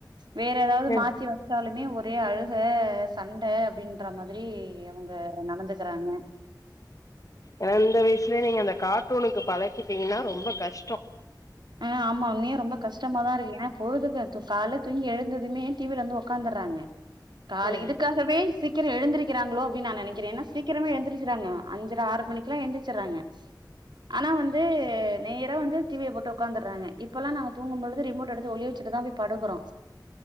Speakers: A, on the right; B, on the left.
A: வேற ஏதாவது
B: ம்
A: மாத்தி வைச்சாலுமே ஒரு நிறைய அழுகை சண்டை அப்படின்ற மாதிரி அவங்க நடந்துக்கறாங்க
B: ஏனா இந்த வயசுலயே நீங்க அந்த கார்ட்டூனுக்கு பழக்கிட்டீங்கன்னா ரொம்ப கஷ்டம்
A: அ ஆமா உண்மையே ரொம்ப கஷ்டமா தான் இருக்கு ஏனா பொழுதுக்கு து காலே தூங்கி எழுந்ததுமே டிவில இருந்து உக்காந்துறாங்க காலை
B: ம்
A: இதுக்காகவே சிக் க்கிர எழுந்திருக்கிறாங்களோ அப்டினு நா நினைக்கிறே ஏனா சீக்கிரமா எழுந்திருச்சிராங்க அஞ்சற ஆறு மணிக்கல்லா எந்திருச்சராங்க ஆனா வந்து நேரா வந்து டிவிய போட்டு உக்காந்துடுறாங்க இப்பெல்லாம் நாங்க தூங்கும்பொழுது ரிமோட் எடுத்து ஒளியவச்சிட்டுதான் போய் படுக்கறோ